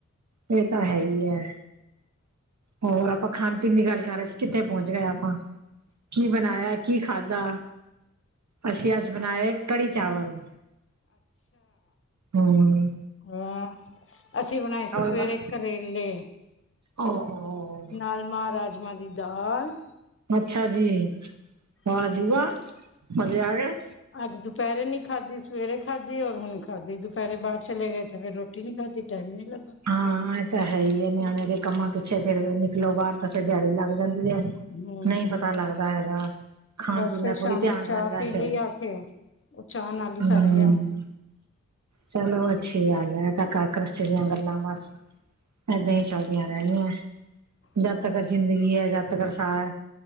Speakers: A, on the right (about 70°); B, on the left (about 45°).
A: ਇਹ ਤਾਂ, ਹੈ ਹੀ, ਹੈ। ਹੋਰ, ਆਪਾਂ ਖਾਣ- ਪੀਣ, ਦੀ ਗੱਲ ਕਰ ਰਹੇ ਸੀ। ਕਿੱਥੇ ਪਹੁੰਚ ਗਏ ਆਪਾਂ। ਕੀ ਬਣਾਇਆ, ਕੀ ਖਾਧਾ? ਅਸੀਂ ਅੱਜ ਬਣਾਏ, ਕੜੀ ਚਾਵਲ। ਹੂੰ।
B: ਹੂੰ। ਅਸੀਂ ਬਣਾਏ ਸੀ, ਸਵੇਰੇ
A: ਬਣ
B: ਕਰੇਲੇ,
A: ਓ
B: ਨਾਲ ਮਹਾ, ਰਾਜ- ਰਾਜਮਾਂ ਦੀ ਦਾਲ।
A: ਅੱਛਾ ਜੀ। ਵਾਹ
B: ਹਾਂ,
A: ਜੀ ਵਾਹ, ਮਜੇ ਆ ਗਣੇ।
B: ਅੱਜ ਦੁਪਹਿਰੇ ਨੀ ਖਾਧੀ, ਸਵੇਰੇ ਖਾਧੀ, ਔਰ ਹੁਣ ਖਾਧੀ, ਦੁਪਹਿਰੇ ਬਾਹਰ ਚਲੇ ਗਏ। ਤੇ ਫੇਰ ਰੋਟੀ। ਰੋਟੀ ਨੀ ਖਾਦੀ, ਟਾਈਮ ਨੀ ਲੱਗਾ।
A: ਹਾਂ, ਇਹ ਤਾਂ, ਹੈ, ਹੀ ਹੈ। ਨਿਆਣਿਆਂ ਦੇ ਕੰਮਾਂ ਪਿੱਛੇ ਫੇਰ, ਨਿਕਲੋ ਬਾਹਰ, ਤਾਂ ਫੇਰ ਦਿਹਾੜੀ ਲੱਗ ਜਾਂਦੀ ਹੈ।
B: ਹੂੰ,
A: ਨਹੀਂ ਪਤਾ, ਲੱਗਦਾ ਹੈਗਾ। ਖਾਣ-
B: ਬਸ
A: ਪੀਣ
B: ਫਿਰ
A: ਦਾ ਥੋੜੀ,
B: ਸ਼ਾਮੀ
A: ਧਿਆਨ ਰਹਿੰਦਾ
B: ਚਾਹ ਪੀ
A: ਫੇਰ।
B: ਲਈ ਆ ਕੇ ਉਹ ਚਾਹ, ਨਾਲ ਹੀ ਸਰ
A: ਹਮ
B: ਗਿਆ।
A: ਚਲੋ, ਅੱਛੀ ਗੱਲ ਹੈ। ਏ ਤਾਂ ਕਰ ਘਰ- ਕਰਸਤੀ ਦੀਆਂ ਗੱਲਾਂ ਬਸ। ਏਦਾਂ ਹੀ, ਚੱਲਦੀਆਂ- ਰਹਿਣੀਆਂ। ਜਦ
B: ਹੂੰ,
A: ਤੱਕ, ਜ਼ਿੰਦਗੀ ਹੈ। ਜਦ- ਜ ਕਰ ਸਾਰਾ ਏ,